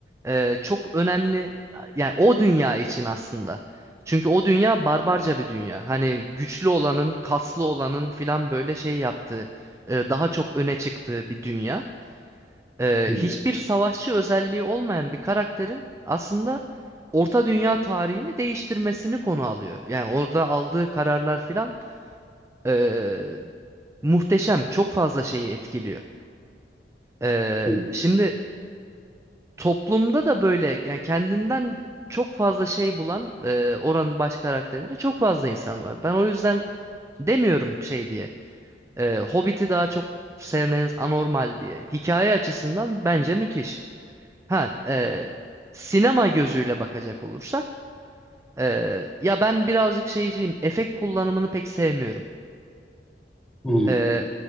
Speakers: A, on the right; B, in the centre.
A: e, çok önemli yani o dünya için aslında. Çünkü o dünya barbarca bir dünya. Hani güçlü olanın, kaslı olanın filan böyle şey yaptığı, e, daha çok öne çıktığı bir dünya. Ee,
B: hı hı,
A: hiçbir savaşçı özelliği olmayan bir karakterin aslında Orta Dünya tarihini değiştirmesini konu alıyor. Yani orada aldığı kararlar filan e, muhteşem, çok fazla şeyi etkiliyor. Ee,
B: hı
A: şimdi toplumda da böyle yani kendinden çok fazla şey bulan e, oranın baş karakterinde çok fazla insan var. Ben o yüzden demiyorum şey diye. e, Hobbit'i daha çok sevmeniz anormal diye. Hikaye açısından bence müthiş. Ha, e, sinema gözüyle bakacak olursak e, ya ben birazcık şeyciyim. Efekt kullanımını pek sevmiyorum.
B: hı, hı.
A: E,